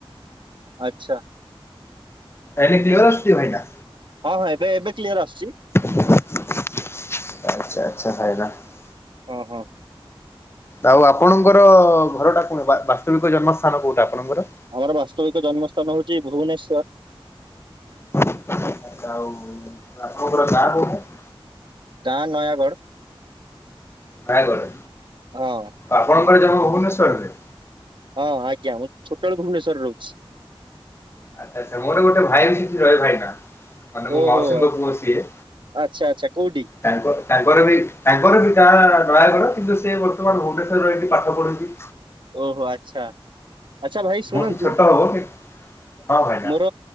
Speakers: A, on the right; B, on the left.
A: ଆଛା।
B: ଏଇନା କ୍ଲିୟର ଆସୁଛି ଭାଇନା?
A: ହଁ ହଁ ଏବେ ଏବେ କ୍ଲିୟର ଆସୁଛି।
B: ଆଛା ଆଛା ଭାଇନା।
A: ଅ ହ।
B: ଆଉ ଆପଣଙ୍କର ଘର ଟା କୁଣେ। ବାସ୍ତବିକ ଜନ୍ମସ୍ଥାନ କୋଉଟା ଆପଣଙ୍କର?
A: ଆମର ବାସ୍ତବିକ ଜନ୍ମସ୍ଥାନ ହଉଛି ଭୁବନେଶ୍ଵର।
B: <unintelligible> ଆଛା ଆଉ ଆପଣଙ୍କର ଗାଁ କୋଉଠେ?
A: ଗାଁ ନୟାଗଡ଼।
B: ନୟାଗଡ,
A: ହଁ।
B: ଆପଣଙ୍କର ଜନ୍ମ ଭୁବନେଶ୍ଵରରେ।
A: ହଁ ଆଜ୍ଞା। ମୁଁ ଛୋଟବେଳୁ ଭୁବନେଶ୍ୱରରେ ରହୁଛି।
B: ଆଛା ଆଛା, ମୋର ଗୋଟେ ଭାଇ ସେଠି ରହେ ଭାଇନା। ମାନେ ମୋ
A: ଓହୋ
B: ମାଉସୀଙ୍କ ପୁଅ ସିଏ।
A: ଆଚ୍ଛା ଆଚ୍ଛା କୋଉଠି
B: ତାଙ୍କ ତାଙ୍କର ବି ତାଙ୍କର ଗାଁ ନୟାଗଡ କିନ୍ତୁ ସେ ବର୍ତ୍ତମାନ ଭୁବନେଶ୍ୱରର ଏଠି ପାଠ ପଢୁଛି।
A: ଓହୋ ଆଛା, ଆଛା ଭାଇ ଶୁଣନ୍ତୁ?
B: ମୋଠୁ ଛୋଟ ହବ କି ହଁ ଭାଇନା
A: ମୋର